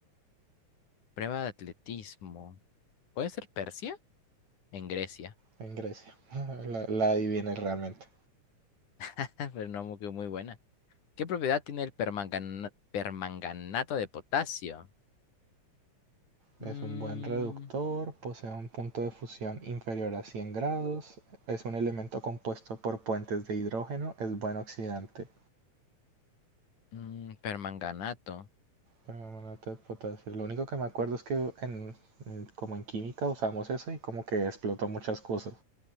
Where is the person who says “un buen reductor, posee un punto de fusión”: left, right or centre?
Right